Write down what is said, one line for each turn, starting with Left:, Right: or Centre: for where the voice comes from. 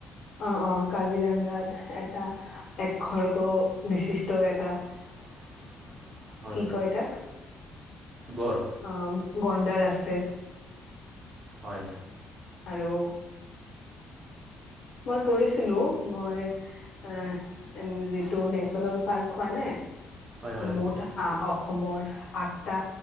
Left: অ অ কাজিৰঙ্গাত এটা একসৰ্গ বিশিষ্ট এটা
Right: <unintelligible> হয়
Left: কি কয় তাক,
Right: গড়
Left: অঁ গণ্ডাৰ আছে।
Right: হয়
Left: আৰু মই পঢ়িছিলো মই। এহ যিটো নেচনেল পাৰ্ক হয় নে
Right: হয় হয়
Left: মুঠ আ অসমৰ আঠটা